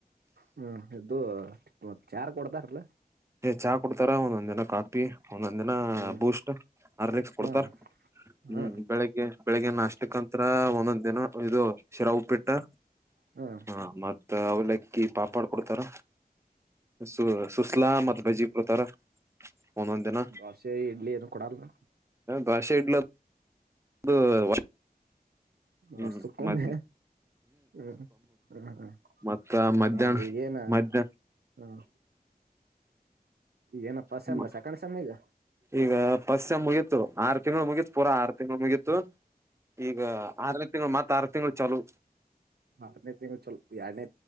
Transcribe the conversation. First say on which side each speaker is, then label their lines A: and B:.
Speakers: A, on the right; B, on the right.
A: ಹ್ಮ ಇದು ಮತ್ತೆ ಚಾಹಾ ರ ಕೊಡ್ತಾರಲಾ
B: ಚಹಾ ಕೊಡ್ತಾರ ಒಂದೊಂದ್ ದಿನ ಕಾಫಿ, ಒಂದೊಂದ್ ದಿನ
A: ಹ್ಮ್
B: ಬೂಸ್ಟ್, ಹಾರ್ಲಿಕ್ಸ್ ಕೊಡ್ತಾರ.
A: ಹಾ
B: ಹ್ಮ್,
A: ಹಾ
B: ಬೆಳಿಗ್ಗೆ ಬೆಳಿಗ್ಗ ನಾಷ್ಟಕ್ಕಂತ್ರ ಒಂದೊಂದ್ ದಿನ ಇದು ಶಿರ ಉಪಿಟ್ಟು.
A: ಹಾ
B: ಹ ಮತ್ತ ಅವಲ್ಲಕ್ಕಿ ಪಾಪಡ್ ಕೊಡ್ತಾರ. ಸು ಸುಸ್ತ <unintelligible> ಸುಸ್ಲಾ ಮತ್ತೆ ಬಜ್ಜಿ ಕೊಡ್ತಾರ ಒಂದೊಂದ್ ದಿನ.
A: ದೋಸೆ ಇಡ್ಲಿ ಏನು ಕೊಡಲ್ಲ
B: ಭಾಷೆ ಇಡ್ಲ <unintelligible> <inaudible> ಹ್ಮ್
A: ವರ್ಷುಕ ಒಮ್ಮೆ.
B: ಮತ್
A: ಹ್ಮ್ ಹ್ಮ ಹ್ಮ
B: ಮತ್ತ ಮಧ್ಯಾಹ್ನ
A: ಹ್ಮ ಏನ್
B: ಮಧ್ಯಾಹ್ನ
A: ಹ್ಮ್. ಏನ ಫಸ್ಟ್ ಸೆಮ್ಮ
B: ಹ್ಮ್
A: ಸೆಕಂಡ್ ಸೆಮ್ಮ ಈಗ.
B: ಈಗ ಪಸ್ಟ ಸೇಮ್ ಮುಗೀತು ಆರು ತಿಂಗಳು ಮುಗೀತು ಪೂರಾ ಆರು ತಿಂಗಳು ಮುಗೀತು. ಈಗ ಆರನೇ ತಿಂಗಳು ಮತ್ ಆರು ತಿಂಗಳು ಚಲೂ.
A: ನಾಲ್ಕನೇ ತಿಂಗಳು ಚಲು ಎಡನೆ.